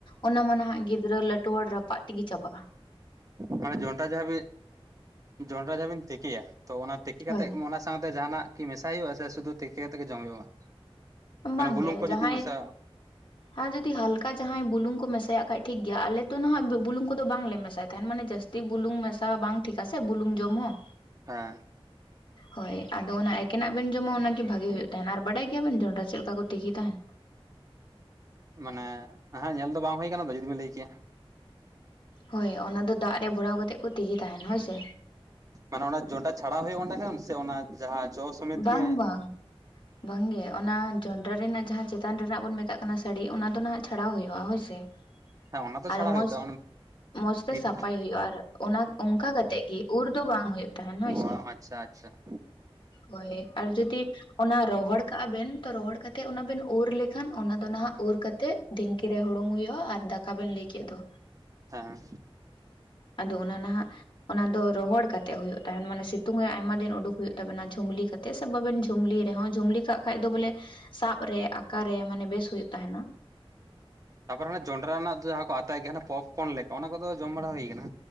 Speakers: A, on the left; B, on the right.
A: ᱚᱱᱟ ᱢᱟ ᱱᱟᱦᱜ ᱜᱤᱫᱽᱨᱟᱹ ᱞᱟᱹᱴᱩ ᱦᱚᱲ ᱨᱟᱯᱟᱜ ᱛᱮᱜᱮ ᱪᱟᱵᱟᱜᱼᱟ ᱾
B: ᱢᱟᱱᱮ ᱡᱚᱸᱰᱨᱟ ᱡᱟᱦᱟᱸ ᱵᱤᱱ ᱡᱚᱸᱰᱨᱟ ᱡᱟᱦᱟᱸ ᱵᱤᱱ ᱛᱤᱠᱤᱭᱟ ᱛᱚ ᱚᱱᱟ ᱛᱤᱠᱤ ᱠᱟᱛᱮᱫ
A: ᱦᱳᱭ
B: ᱚᱱᱟ ᱥᱟᱶᱛᱮ ᱡᱟᱦᱟᱱᱟᱜ ᱠᱤ ᱢᱮᱥᱟᱭ ᱦᱩᱭᱩᱜᱼᱟ ᱥᱮ ᱥᱩᱫᱩ ᱛᱤᱠᱤ ᱠᱟᱛᱮ ᱜᱮ ᱡᱚᱢ ᱦᱩᱭᱩᱜᱼᱟ ᱢᱟᱱᱮ
A: ᱵᱟᱝᱜᱮ
B: ᱵᱩᱞᱩᱝ ᱠᱚ
A: ᱡᱟᱦᱟᱸᱭ
B: ᱡᱩᱫᱤ ᱢᱮᱥᱟᱼᱟ
A: <inaudible> ᱟᱨ ᱡᱩᱫᱤ ᱦᱟᱞᱠᱟ ᱡᱟᱦᱟᱸᱭ ᱵᱩᱞᱩᱝ ᱠᱚ ᱢᱮᱥᱟᱭᱟᱜ ᱠᱷᱟᱡ ᱴᱷᱤᱠ ᱜᱮᱭᱟ ᱟᱞᱮ ᱛᱚ ᱱᱟᱦᱜ ᱵᱩᱞᱝ ᱫᱚ ᱵᱟᱝ ᱞᱮ ᱢᱮᱥᱟᱭ ᱛᱟᱦᱮᱱ ᱢᱟᱱᱮ ᱡᱟᱹᱥᱛᱤ ᱛᱚ ᱵᱩᱞᱩᱝ ᱢᱮᱥᱟ ᱵᱟᱝ ᱴᱷᱤᱠᱟ ᱥᱮ ᱵᱩᱞᱩᱝ ᱡᱚᱢ ᱦᱚᱸ
B: ᱦᱮᱸ᱾
A: ᱦᱳᱭ ᱟᱫᱚ ᱚᱱᱟ ᱮᱠᱮᱱᱟᱜ ᱵᱮᱱ ᱡᱚᱢᱟ ᱚᱱᱟ ᱜᱮ ᱵᱷᱟᱜᱤ ᱦᱩᱭᱩᱜ ᱛᱟᱦᱮᱱᱟ ᱟᱨ ᱵᱟᱰᱟᱭ ᱜᱮᱭᱟᱵᱮᱱ ᱡᱚᱸᱰᱨᱟ ᱪᱮᱫ ᱞᱮᱠᱟ ᱠᱚ ᱛᱤᱠᱤ ᱛᱟᱦᱮᱱ?
B: ᱢᱟᱱᱮ ᱦᱮᱸ ᱧᱮᱞ ᱫᱚ ᱵᱟᱝ ᱦᱩᱭ ᱠᱟᱱᱟ ᱡᱩᱫᱤ ᱵᱮᱱ ᱞᱟᱹᱭ ᱠᱮᱭᱟ ᱾
A: ᱦᱳᱭ ᱚᱱᱟ ᱫᱚ ᱫᱟᱜ ᱨᱮ ᱵᱷᱚᱨᱟᱣ ᱠᱟᱛᱮ ᱠᱚ ᱛᱤᱠᱤ ᱛᱟᱦᱮᱱᱟ ᱦᱳᱭᱥᱮ
B: ᱢᱟᱱᱮ ᱚᱱᱟ ᱡᱚᱸᱰᱨᱟ ᱪᱷᱟᱲᱟᱣ ᱦᱩᱭᱩᱜ ᱚᱸᱰᱮ ᱠᱷᱚᱱ ᱥᱮ ᱚᱱᱟ ᱡᱟᱦᱟᱸ ᱡᱚ ᱥᱚᱢᱮᱛ
A: ᱵᱟᱝ
B: ᱜᱮ
A: ᱵᱟᱝ ᱵᱟᱝ ᱜᱮᱮ ᱚᱱᱟ ᱡᱚᱱᱰᱨᱟ ᱨᱮᱱᱟᱜ ᱡᱟᱦᱟᱸ ᱪᱮᱛᱟᱱ ᱨᱮᱱᱟᱜ ᱵᱚᱱ ᱢᱮᱛᱟᱜ ᱠᱟᱱᱟ ᱥᱟᱹᱲᱤ ᱚᱱᱟ ᱫᱚ ᱱᱟᱦᱜ ᱪᱷᱟᱲᱟᱣ ᱦᱩᱭᱩᱜᱼᱟ ᱦᱳᱭᱥᱮ <inaudible>
B: ᱦᱮᱸ ᱚᱱᱟ ᱛᱚ
A: ᱟᱨ
B: ᱪᱷᱟᱲᱟ
A: ᱢᱚᱸᱡᱽ
B: ᱦᱩᱭᱩᱜ ᱛᱚ
A: ᱢᱚᱸᱡᱽ ᱛᱮ
B: ᱵᱷᱤᱛ
A: ᱥᱟᱯᱷᱟᱭ ᱦᱩᱭᱩᱜᱼᱟ ᱟᱨ ᱚᱱᱟ ᱚᱱᱠᱟ ᱠᱟᱛᱮᱜ ᱜᱮ ᱩᱨ ᱫᱚ ᱵᱟᱝ ᱦᱳᱭᱳᱜ ᱛᱟᱦᱮᱸᱱ ᱦᱳᱭ
B: ᱠᱚ
A: ᱥᱮ
B: ᱟᱪᱪᱷᱟ ᱟᱪᱪᱷᱟ
A: ᱦᱚᱭ ᱟᱨ ᱡᱩᱫᱤ ᱚᱱᱟ ᱨᱚᱦᱚᱲ ᱠᱟᱜᱼᱟ ᱵᱮᱱ ᱛᱚ ᱨᱚᱦᱚᱲ ᱠᱟᱛᱮᱫ ᱚᱱᱟ ᱵᱮᱱ ᱩᱨ ᱞᱮᱠᱷᱟᱱ ᱚᱱᱟ ᱫᱚ ᱱᱟᱦᱟᱜ ᱩᱨ ᱠᱟᱛᱮᱜ ᱰᱷᱤᱝᱠᱤ ᱨᱮ ᱦᱩᱲᱩᱝ ᱦᱩᱭᱩᱜᱼᱟ ᱟᱨ ᱫᱟᱠᱟ ᱵᱮᱱ ᱞᱟᱹᱭ ᱠᱮᱫ ᱫᱚ
B: ᱦᱮᱸ
A: ᱟᱫᱚ ᱚᱱᱟ ᱱᱟᱦᱟᱜ ᱚᱱᱟ ᱫᱚ ᱨᱚᱦᱚᱲ ᱠᱟᱛᱮᱜ ᱦᱩᱭᱩᱜ ᱛᱟᱦᱮᱱ ᱢᱟᱱᱮ ᱥᱤᱛᱩᱝ ᱟᱭ ᱟᱭᱢᱟ ᱫᱤᱱ ᱩᱰᱩᱝ ᱦᱩᱭᱩᱜ ᱛᱟᱵᱚᱱᱟ ᱡᱷᱩᱢᱞᱤ ᱠᱟᱛᱮᱜ <unintelligible> ᱥᱮ ᱵᱟᱵᱮᱱ ᱡᱷᱩᱢᱞᱤ ᱨᱮᱦᱚᱸ ᱡᱷᱩᱢᱞᱤ ᱠᱟᱜ ᱠᱷᱟᱱᱡ ᱫᱚ ᱵᱚᱞᱮ ᱥᱟᱵ ᱨᱮ ᱟᱠᱟ ᱨᱮ ᱢᱟᱱᱮ ᱵᱮᱥ ᱦᱩᱭᱩᱜ ᱛᱟᱦᱮ ᱱᱟ <inaudible>
B: ᱛᱟᱯᱚᱨ <unintelligible> ᱡᱚᱱ ᱰᱟᱨᱟ ᱨᱮᱱᱟᱜ ᱡᱟᱦᱟᱸ ᱠᱚ ᱟᱛᱟᱭ ᱜᱮᱭᱟ ᱯᱚᱯ ᱯᱚᱱ ᱞᱮᱠᱟ ᱚᱱᱟ ᱠᱚᱫᱚ ᱡᱚᱢ ᱵᱟᱲᱟ ᱦᱩᱭ ᱠᱟᱱᱟ